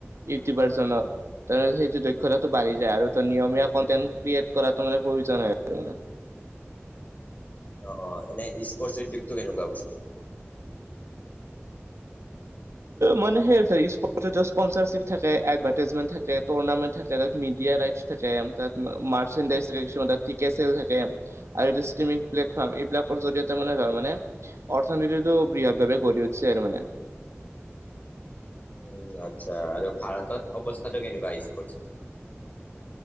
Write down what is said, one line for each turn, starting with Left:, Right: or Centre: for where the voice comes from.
Right: ইউটিউবাৰ জনৰ। সেইটো দক্ষতাটো বাঢ়ি যায় আৰু তই নিয়মীয়া কনটেণ্ট ক্ৰিয়েট কৰাটো মানে প্ৰয়োজন হয় আছিল মানে।
Left: অ অ এনে স্পৰ্টচ দিপটো কেনেকুৱা বস্তু?
Right: মানে সে স্পট ত ইছপঞ্চাৰচিভ থাকে, এদভাৰটাইজেমেণ্ট থাকে, তুৰ্ণামেন্ত থাকে। তাত ইণ্ডিয়া ৰাইছ থাকে। তাঁত মাৰসান্দাইছ কিছুমান টিকেট চেল থাকে আৰু ষ্ট্ৰিমিং প্লেট। এইবিলাকৰ জৰিয়তে মানে ধৰ মানে অৰ্থনীতিটো বৃহৎ ভাৱে গঢ়ি উঠিছে আৰু মানে।
Left: উম আচ্ছা আৰু ভাৰতত অৱস্থাটো কেনেকোৱা স্পৰ্টছৰ।